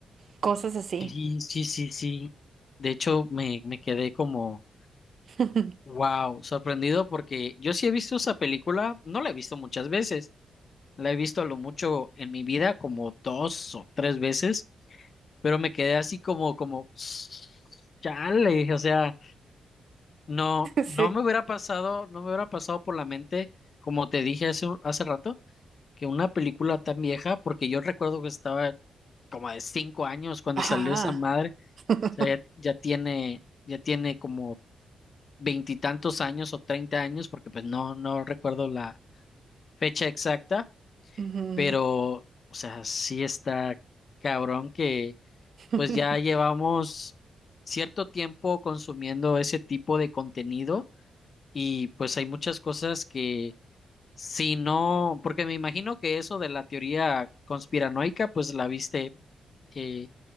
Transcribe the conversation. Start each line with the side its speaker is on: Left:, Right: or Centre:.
Right: Cosas así.
Left: Sí, sí, sí, sí. De hecho, me, me quedé como...
Right: <laughs>
Left: Wow, sorprendido porque yo sí he visto esa película, no la he visto muchas veces, la he visto a lo mucho en mi vida como dos o tres veces, pero me quedé así como, como, <sniffs> chale, o sea, no, no
Right: Sí.
Left: me hubiera pasado, no me hubiera pasado por la mente, como te dije hace, un- hace rato, que una película tan vieja, porque yo recuerdo que estaba como de cinco años cuando
Right: Ajá.
Left: salió esa madre,
Right: <laughs>
Left: o sea, ya, ya tiene, ya tiene como veintitantos años o treinta años, porque pues no, no recuerdo la fecha exacta,
Right: Ujú.
Left: pero, o sea, sí está cabrón que
Right: <laughs>
Left: pues ya llevamos cierto tiempo consumiendo ese tipo de contenido y pues hay muchas cosas que si no, porque me imagino que eso de la teoría conspiranoica, pues la viste. Eh,